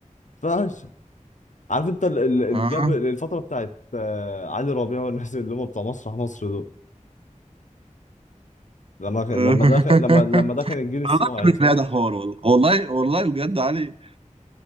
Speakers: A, on the left; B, on the right.
A: فشخ عارف انت ال- ال- الجاب
B: اه
A: الفتره بتاعت آه، علي ربيع والناس اللي هم بتوع مسرح مصر دول لما لما
B: <laughs>
A: ده لما لما ده كان الجيل الصاعد
B: والله الراجل
A: فاهم
B: ده حوار والله والله والله بجد علي